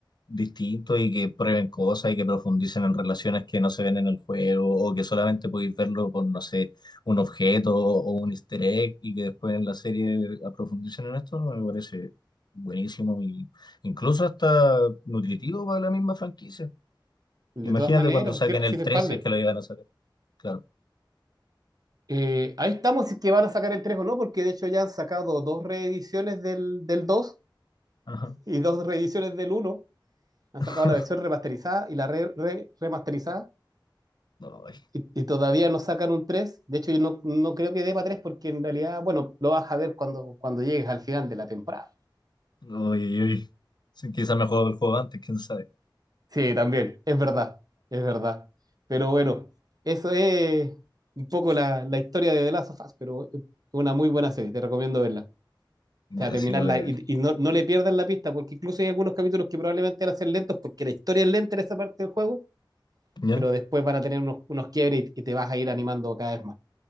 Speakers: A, on the left (about 60°); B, on the right (about 50°).
A: distinto y que prueben cosas y que profundicen en relaciones que no se ven en el juego o que solamente podéis verlo por, no sé, un objeto o un easter egg y que después en la serie profundicen en esto, me parece buenísimo y incluso hasta nutritivo para la misma franquicia. Imagínate
B: De todas maneras,
A: cuando saquen
B: así, así
A: el
B: se
A: 3,
B: expande.
A: si es que lo iban a sacar. Claro.
B: Eh, ahí estamos, si es que van a sacar el 3 o no, porque de hecho ya han sacado dos reediciones del, del 2
A: Ajá.
B: y dos reediciones del uno Han
A: <laughs>
B: sacado la versión remasterizada y la re, re, remasterizada.
A: Ay,
B: Y, y, todavía no sacan un tres De hecho, yo no, no creo que dé para 3 porque en realidad, bueno, lo vas a ver cuando, cuando llegues al final de la temporada.
A: no, uy, uy. Sí, quizá me juego el juego antes, quién sabe.
B: Sí, también, es verdad, es verdad. Pero bueno, eso es un poco la, la historia de The Last of Us, pero es una muy buena serie, te recomiendo verla.
A: Ya,
B: O sea, terminarla
A: sí la voy a ver.
B: y, y no, no, le pierdas la pista, porque incluso hay algunos capítulos que probablemente van a ser lentos porque la historia es lenta en esa parte del juego,
A: ¿Ya?
B: pero después van a tener unos, unos quiebres y, y te vas a ir animando cada vez más.